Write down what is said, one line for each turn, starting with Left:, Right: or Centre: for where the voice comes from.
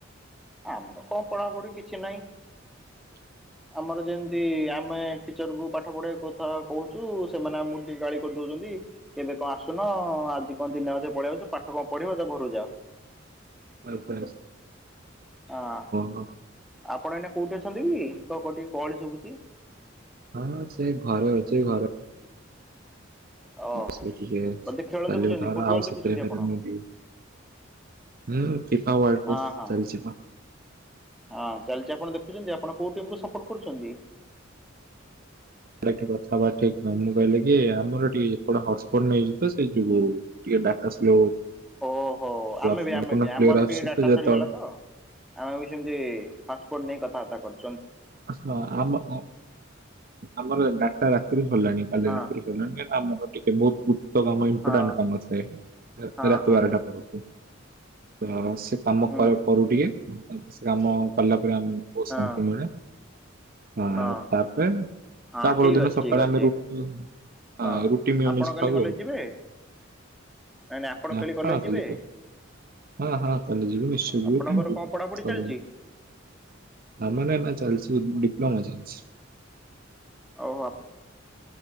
Centre: ଆ କଣ ପଢାପଢି କିଛି ନାହିଁ।
Right: <inaudible>
Centre: ଆମର ଯେମିତି ଆମେ ଟିଚରକୁ ପାଠ ପଢିବା କଥା କହୁଛୁ ସେମାନେ ଆମକୁ ଟିକେ ଗାଳି କରିଦଉଛନ୍ତି। ଏବେ କଣ ଆସୁନ ଆଜି କଣ ଦତିିନି ହଜ ପଳେଇଆଛ ପାଠ କଣ ପଢିବ ତା ଘରୁ ଯାଅ।
Right: ଆ ହଁ
Centre: ହଁ
Right: ହ।
Centre: ଆପଣ ଏଇନା କୋଉଠି ଅଛନ୍ତି କି କ କୋିକେ ଗହଳି ସୁଛି
Right: ହଁ ସେ ଘରେ ଅଛି ଘରେ
Centre: ଓହୋ
Right: ସଖିକ
Centre: ବୋଧେ ଖେଳ
Right: କଲ
Centre: ଦେଖୁଛନ୍ତି
Right: ତାାର
Centre: ଫୁଟବଲ
Right: ଆଉଶ୍ୟତ
Centre: ଦେଖୁଛନ୍ତି
Right: ପରେ
Centre: ଆପଣ
Right: ମଡି ହୁଁ ଫିଫା ୱାର୍ଲଡ
Centre: ହଁ
Right: କପ
Centre: ହଁ
Right: ଚାଲିଛି ମା
Centre: ହଁ ଚାଲିଛି ଆପଣ ଦେଖୁଛନ୍ତି ଆପଣ କୋଉ ଟିମ୍କୁୁ ସପୋର୍ଟ କରୁଛନ୍ତି।
Right: ସେଟା ଟିକେ କଥାବାର୍ତ୍ ଠିକ ନହଁ ମୁଁ କହିଲି କି ଆମର ଟିକେ ଏପଟେ ହଟସ୍ପଟ ନେଇଯିବ ତ ସେ ଯୁ ଦାଟା ସ୍ଲୋ
Centre: ଓହୋ ଆମେ
Right: ସମ୍ପୂର୍ଣ୍ଣ
Centre: ବି ଆମେ ବି ଆମର
Right: କ୍ଲିୟର ଆସୁଛି
Centre: ଟିକେ ଡାଟା
Right: ତ ଯେତେବେଳେ
Centre: ସରିଗଲା ତ ଆମେ ବି ସେମତି ପାପୋର୍ଟ ନେଇ କଥାବାର୍ତା କରୁଛୁ।
Right: ହ ଆମ ହଁ ଆମର ଗାାରଟା ରାତିରେ ସରିଲାଣି କାଲି
Centre: ଆଉ
Right: ରାତିରେ ସରିଲାଣି ଆମର ଟିକେ ବହୁତ ଉଚ୍ଚ କାମ ଇମ୍ପୋର୍ଟାଣ୍ଟ
Centre: ହଁ
Right: କାମ ଅ
Centre: ହଁ
Right: ରାତି
Centre: ହଁ ହଁ
Right: ବାରଟା କରୁଛୁ ତ ସେ କାମ
Centre: ହୁଁ
Right: କରୁ ଟିକେ ସେ କାମ କଲା ପରେ। ଗ୍ରାମହୁ
Centre: ହଁ
Right: ଶାନ୍ତି ମ ଆ
Centre: ହଁ
Right: ତାପରେ
Centre: ହଁ
Right: ତାପ
Centre: ଠିକ୍
Right: ଦିନ
Centre: ଅଛି
Right: ସକାଳେ
Centre: ଠିକ୍
Right: ଆମେ
Centre: ଅଛି
Right: ରଠ
Centre: ହଁ
Right: ଆ ରୁଟି ମିଓ
Centre: ଆପଣ
Right: ନିିଜ
Centre: କାଲି
Right: ଖାଉ
Centre: କଲେଜ
Right: ଆଉ
Centre: ଯିବେ ନାଇଁ ନାଇଁ ଆପଣ
Right: ହ
Centre: କାଲି କଲେଜ
Right: ହଁ ଖଲିପ
Centre: ଯିବେ
Right: ହଁ ହଁ ତାହେଲେ ଯିବି ନିଶ୍ଚୟ ଯିବୁ
Centre: ଆପଣଙ୍କର
Right: କହିଁ
Centre: କଣ ପଢାପଢି ଚାଲିଛି?
Right: ଯିବୁ ଆମ ନା ଚାଲିୁଛି ଡିପ୍ଲୋମା ଚାଲଛି।
Centre: ଓହୋ